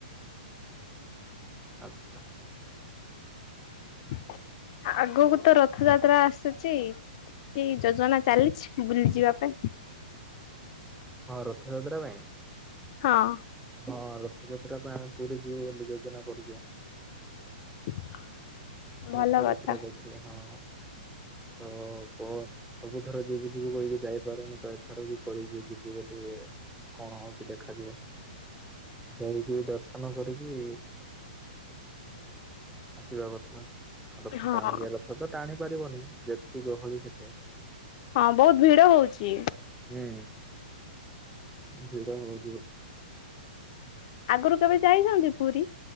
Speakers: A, in the centre; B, on the left (about 45°).
A: ଆଚ୍ଛା।
B: <inaudible> ଆଗକୁ ତ ରଥଯାତ୍ରା ଆସୁଛି କି ଯୋଜନା ଚାଲିଛି ବୁଲି ଯିବା ପାଇଁ?
A: ହଁ ରଥଯାତ୍ରା ପାଇଁ?
B: ହଁ।
A: ହଁ, ରଥଯାତ୍ରା ପାଇଁ ଆମେ ପୁରୀ ଯିବୁ ବୋଲି ଯୋଜନା କରିଛୁ।
B: <inaudible> ଭଲ
A: ରଥଯାତ୍ରା
B: କଥା
A: ଦେଖି। ହଁ, ତ ଓହଃ ହ ସବୁଥର ଯିବୁ ଯିବୁ କହିକି ଯାଇପାରୁନୁ, ତ ଏଥର ବି କହିବି ଯିବୁ ବୋଲି। କଣ ହଉଛି ଦେଖାଯିବ? ଯାଇକି ଟିଏ ଦର୍ଶନ କରିକି ଆସିବା କଥା। ରଥ
B: ହଁ
A: ଟାଣିକି ରଥ ତ ଟାଣି ପାରିବନି। ଯେତିକି ଗହଳି ସେଠି।
B: ହଁ, ବହୁତ ଭିଡ ହଉଛି।
A: ହୁଁ, ଭିଡ ହଉ
B: ଆଗରୁ କେବେ ଯାଇଛନ୍ତି ପୁରୀ?